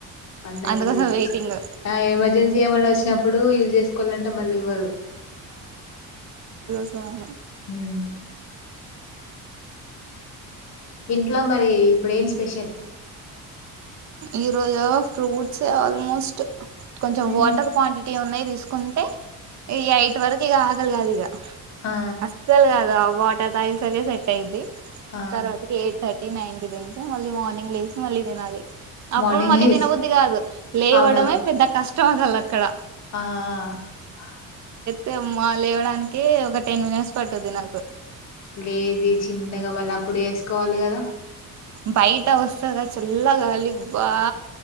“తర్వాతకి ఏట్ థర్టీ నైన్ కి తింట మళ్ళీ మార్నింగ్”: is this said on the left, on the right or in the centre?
Right